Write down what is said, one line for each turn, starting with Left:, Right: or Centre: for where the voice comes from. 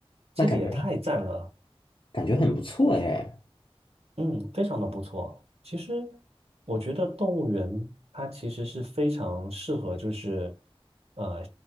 Right: 这个也太赞了。
Left: 那感觉感觉很不错哎。
Right: 嗯，非常的不错。其实我觉得动物园它其实是非常适合，就是呃，